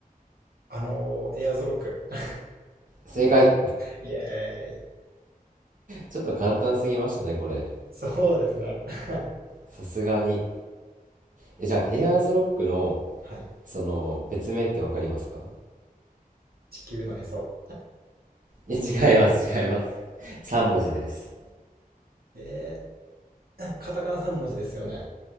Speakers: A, on the right (about 85°); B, on the right (about 60°).
A: あのーエアーズロック。<laughs>
B: 正解
A: イエーイ。
B: ちょっと簡単すぎましたね、これ。
A: <laughs> そうですね。<laughs>
B: さすがに。え、じゃあ、エアーズロックの、
A: はい。
B: その、別名ってわかりますか
A: 地球のへそ。
B: え、違います、違います。<laughs> 3文字です。
A: えー、カタカナ3文字ですよね。